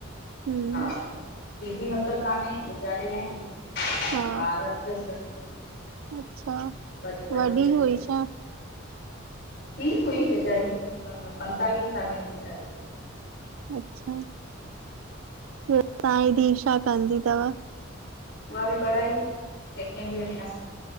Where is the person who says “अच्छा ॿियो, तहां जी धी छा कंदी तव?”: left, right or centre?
Right